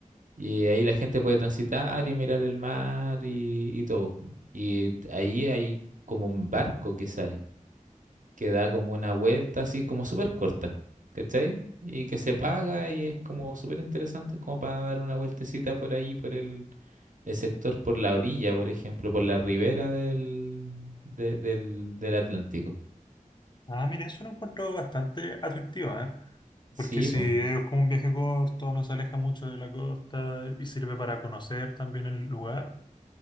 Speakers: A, on the right; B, on the left.
A: Y ahí la gente puede transitar y mirar el mar y, y todo. Y t- ahí hay como un barco que sale, que da como una vuelta así como súper corta, ¿cachai? Y que se
B: Ujú.
A: paga y es como súper interesante, es como para dar una vueltecita por ahí, por el, el sector, por la orilla, por ejemplo, por la ribera del, de- del, del Atlántico.
B: Ah, mira, eso lo encuentro bastante atractivo, ¿eh?
A: Sí,
B: Porque si
A: pues,
B: es como un viaje corto, no se aleja mucho de la costa y sirve para conocer también el lugar.